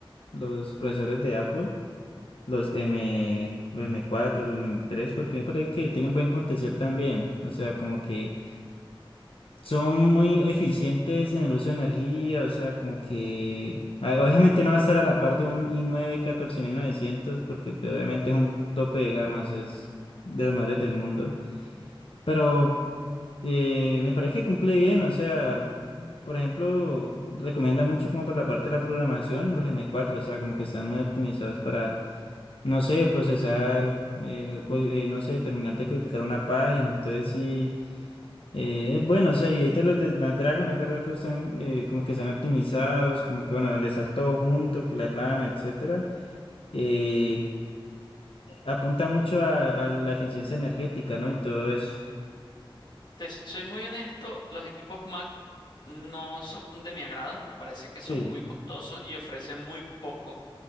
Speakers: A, on the left; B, on the left.
A: los procesadores de Apple. los M, los m cuatro los m tres porque me parece que tienen buen potencial también. O sea, como que son muy eficientes en el uso de energía. O sea, como que ah, obviamente no va a estar a la par de un i nueve catorce mil novecientos porque pues, obviamente es un tope de gama, o sea, es de los mejores del mundo. Pero eh, me parece que cumple bien. O sea, por ejemplo, recomienda mucho como para la parte de la programación los m cuatro O sea, como que están muy optimizados para no sé, procesar, eh, co- eh, no sé, terminar de codificar una página. Entonces sí, eh, es bueno, o sea, y ahorita los de Snapdragon es verdad que están eh, como que están optimizados, como que bueno, al estar todo junto, que la RAM, etcétera, eh, apunta mucho a, a la eficiencia energética, ¿no? Y todo eso.
B: Te soy muy honesto, los equipos Mac no son de mi agrado, me parece que
A: Sí,
B: son muy costosos y ofrecen muy poco,